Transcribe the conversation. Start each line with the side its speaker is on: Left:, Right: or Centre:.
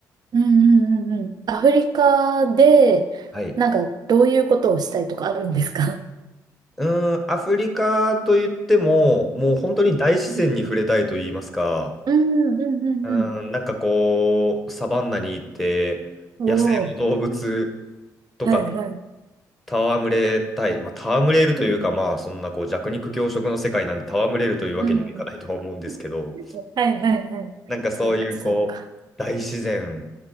Right: うんうんうんうん。アフリカで、
Centre: はい。
Right: なんかどういうことをしたいとかあるんですか
Centre: うーん、アフリカといっても、もう本当に大自然に触れたいと言いますか、
Right: うんうんうんうん。
Centre: うーん、なんかこう、サバンナに行って、
Right: おお、
Centre: 野生の動物とか
Right: はいはい。
Centre: と戯れたい、まあ、戯れるというか、まあ、そんなこう弱肉強食の世界なんで戯れるというわけにもいかないとは思うんですけど、
Right: うんうんはいはいはい。
Centre: なんかそういうこう、
Right: そうかそうか。
Centre: 大自然